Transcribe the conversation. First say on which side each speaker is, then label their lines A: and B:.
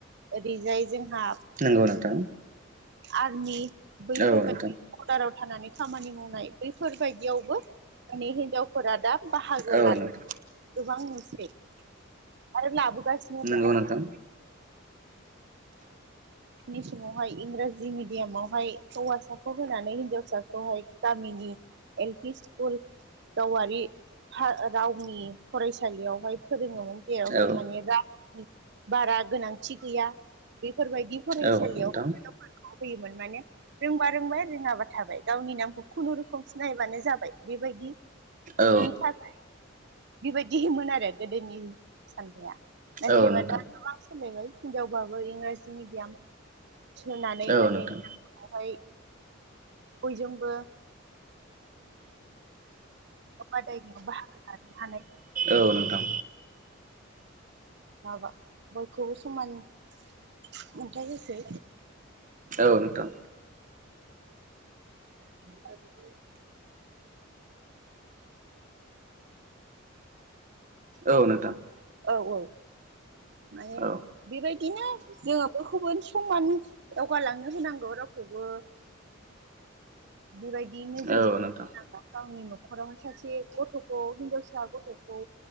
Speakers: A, on the right; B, on the right.
A: ओरैजाय जोंहा
B: नोंगौ नोंथां
A: आरमि बैफोरबायदि
B: औ नोंथां
A: बरडाराव थानानै खामानि मावनाय बैफोरबायदियावबो माने हिजाव फोरा दा बाहागो
B: औ
A: लानो
B: नोंथां
A: गोबां नुसै आरो लाबोगासिनो
B: नंगौ
A: दं
B: नोंथां
A: नि समावहाय इंराजि मिडियामावहाय हौवासाखौ होनानै हिनजावसाखौहाय गामिनि एल पि स्कुल गावारि रावनि फरायसालियावहाय फोरोंङोमोन जेरावहाय
B: औ
A: माने रांनि बारा गोनांथि गैया बेफोरबायदि फरायसालियाव
B: औ नोंथां
A: हिनजाव होयोमोन माने रोंबा रोंबाय रोङाबा थाबाय गावनि नामखौ खुनुरुखुम सिनायबानो जाबाय बेबायदि
B: औ
A: नि थाखाय बेबायदिमोन आरो गोदोनि साननाया नाथायबा
B: औ नोंथां
A: दा गोबां सोलायबाय हिनजावबाबो इंराजि मिडियाम सोनानै
B: औ
A: माने
B: नोंथां
A: बेवहाय बयजोंबो बादायनायाव बाहागो लानो हानाय
B: औ नोंथां
A: माबा बयखौबो समान अन्थाय होसै
B: औ नोंथां
A: <inaudible>
B: औ नोंथां
A: औ औ माने
B: औ
A: बेबायदिनो जोङो बयखौबो समान दावगालांनो होनांगौ रावखौबो बेबायदि नोजोरजों
B: औ नोंथां
A: गावनि न'खरावहाय सासे गथ'खौ हिनजावसा गथ'खौ